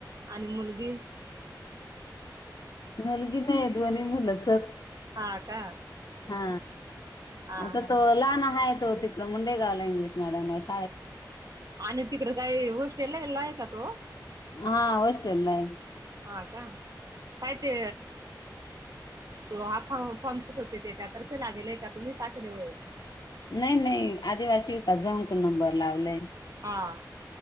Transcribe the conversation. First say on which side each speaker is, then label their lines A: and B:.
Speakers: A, on the right (about 55°); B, on the left (about 65°).
A: आणि मुलगी
B: मुलगी नाही दोन्ही मुलंचं हाईत
A: हा का
B: हा
A: हा
B: आता
A: हा
B: तो लहान हाय तो तिकड मुंडेगावला इंग्लिश मिडीयम हाय
A: आणि तिकडं काय हॉस्टेलला हेला हाय का तो?
B: हा हॉस्टेलला हाय
A: हा का काय ते तो आस फॉर्मशूट होते तेच्या तर्फे लागेले आहे का तुम्ही टाकेले व्हय <inaudible>
B: नाही नाही आदिवासी विकास भाऊ नंबर लावलाय
A: हा